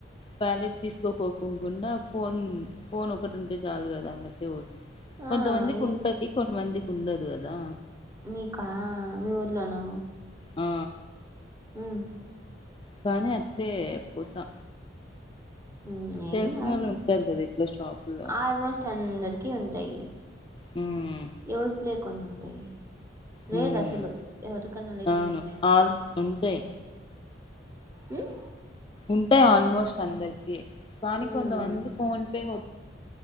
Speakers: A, on the left; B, on the right.
A: వాలెట్ తీసుకోకుండా ఫోన్ ఫోన్ ఒకటి ఉంటే చాలు కదా అన్నట్టే పోతుంది కొంచంతమంది
B: ఆ
A: కుపతి
B: ఏ
A: కొన్ని వంది ఉండదు గదా
B: మీకా మీ ఊర్లోనా
A: ఆ
B: ఉమ్
A: కానీ అట్టే పోతా
B: ఉమ్ ఏం
A: తెలిసినోళ్ళు
B: కాదు
A: ఉంటారు కదా ఇట్లా షాపుల్లో
B: ఆల్మోస్ట్ అందరికి ఉం తాయ్
A: హ్మ్
B: ఎవరు ప్లే కొన్నారు తై రేర్
A: హ్మ్
B: అసలు ఎవరికన్నా లేకుని
A: అవును
B: ఉండేది
A: ఆల్ ఉంటాయి
B: ఉమ్
A: ఉంటాయ్ ఆల్మోస్ట్ అందరికి కానీ
B: ఉమ్
A: కొంత మంది ఫోన్ పే